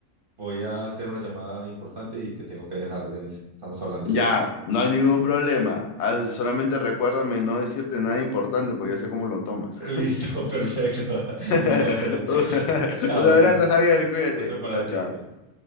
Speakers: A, on the right; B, on the left.
A: Voy a hacer una llamada importante y te tengo que dejar, Denis. Estamos hablando,
B: ya,
A: ¿sí?
B: no hay ningún problema. Ah, Solamente recuérdame no decirte nada importante, porque yo sé cómo lo tomas.
A: Listo, <laughs> perfecto.
B: <laughs>
A: Mejor. Chao,
B: Un
A: Denis.
B: abrazo, Javier, cuídate.
A: Otro para
B: Chao,
A: ti,
B: chao.
A: cuídate.